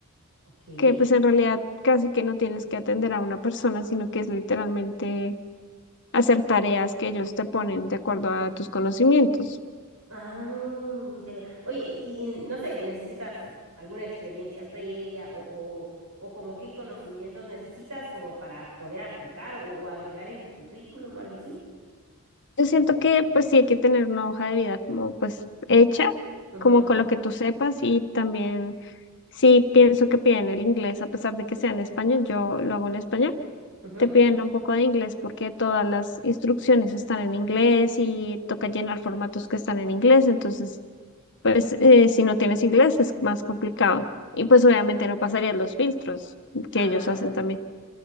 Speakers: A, on the right; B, on the left.
A: Ok.
B: que pues en realidad casi que no tienes que atender a una persona, sino que es literalmente hacer tareas que ellos te ponen de acuerdo a tus conocimientos.
A: Ah, ya, ya. Oye, y, y y no sé, ¿necesitas alguna experiencia previa o, o, o como qué conocimientos necesitas como para poder aplicar o, o agregar en tu currículum o algo así?
B: Yo siento que pues sí hay que tener una hoja de vida como pues hecha,
A: Ujú,
B: como con lo que tú sepas y también sí pienso que piden el inglés a pesar de que sea en español, yo lo hago en español,
A: ujú.
B: te piden un poco de inglés porque todas las instrucciones están en inglés y toca llenar formatos que están en inglés, entonces pues eh, si no tienes inglés es más complicado. Y pues obviamente no pasarías los filtros que
A: Ah,
B: ellos hacen también.